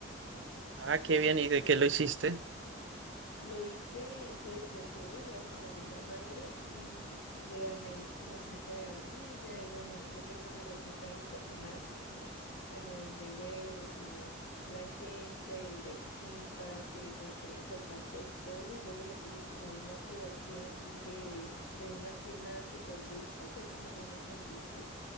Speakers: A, on the right (about 70°); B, on the left (about 80°).
A: Ah, qué bien. ¿Y de qué lo hiciste?
B: Lo hice desde cero, o sea, con harina madre y le añadí como esencia de vainilla y bueno, yo tengo mi receta ahí personal que es como añadirle huevos y la esencia y el baking para que pues crezca el pastel y todo eso y luego le puse como una cobertura así de, de una crema súper dulce que es como crema chantilly